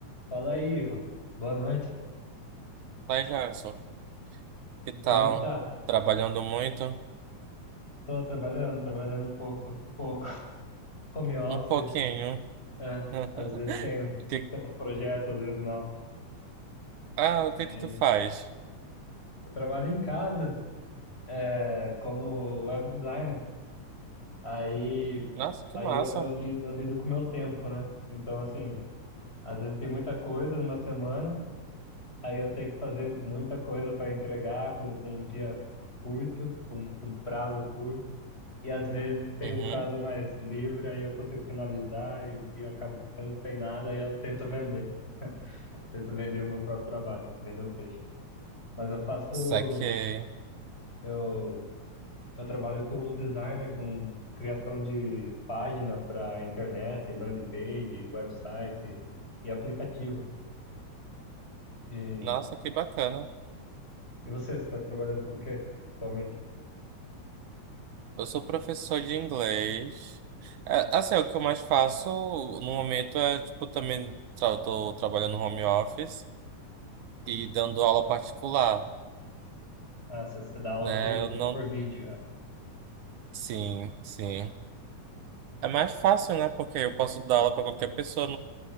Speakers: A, on the left (about 20°); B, on the right (about 75°).
A: Fala aí, Ivo. Boa noite.
B: Vai, Jackson. Que tal?
A: Como é que tá?
B: Trabalhando muito?
A: Tô trabalhando, trabalhando um pouco, pouco. <laughs> Home office,
B: Um pouquinho.
A: é.
B: <laughs>
A: Às vezes tenho,
B: O que-
A: tenho uns projetos, às vezes não.
B: Ah, o
A: Mas
B: que que tu faz?
A: eu trabalho em casa, é, como web designer. Aí,
B: Nossa, que
A: aí
B: massa.
A: eu, eu, li- eu lido com o meu tempo, né? Então, assim, às vezes tem muita coisa numa semana. Aí eu tenho que fazer muita coisa para entregar com, com um dia curto, com, com prazo curto. E às vezes tem
B: Uhum.
A: um prazo mais livre, aí eu consigo finalizar e, e eu acabo ficando sem nada, aí eu tento vender. Eu tento vender o meu próprio trabalho, vender o peixe. Mas eu faço,
B: Saquei.
A: eu, eu trabalho com design, com criação de página para internet, landing page, website e aplicativo. E,
B: Nossa, que bacana.
A: e você, você está trabalhando com o quê atualmente?
B: Eu sou professor de inglês. É, assim, é o que eu mais faço no momento é, tipo, também tra tô trabalhando home office e dando aula particular,
A: Ah, você você dá aula
B: né?
A: por,
B: Eu não...
A: por vídeo, é.
B: Sim, sim. É mais fácil, né? Porque eu posso dar aula para qualquer pessoa